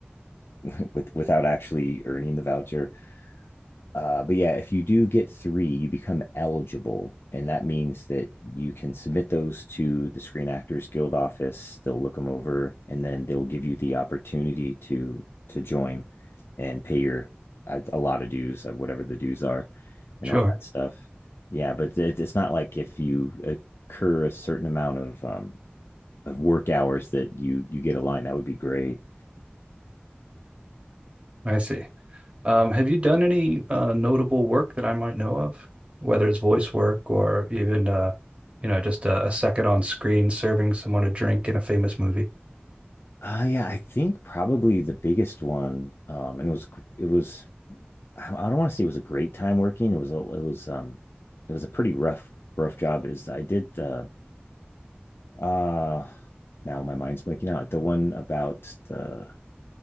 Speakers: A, on the left; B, on the right.
A: <laughs> with, without actually earning the voucher Uh, but yeah, if you do get three, you become eligible. And that means that you can submit those to the Screen Actors Guild office. They'll look them over and then they'll give you the opportunity to to join and pay your uh, a lot of dues, uh, whatever the dues are, and
B: Sure.
A: all that stuff. Yeah, but it's not like if you occur a certain amount of um, of work hours that you you get a line. That would be great.
B: I see. Um, have you done any uh, notable work that I might know of, whether it's voice work or even uh, you know, just a, a second on screen serving someone a drink in a famous movie?
A: Uh, yeah, I think probably the biggest one, um, and it was it was I don't want to say it was a great time working. It was a, it was um it was a pretty rough rough job. Is I did the uh now my mind's blanking out the one about the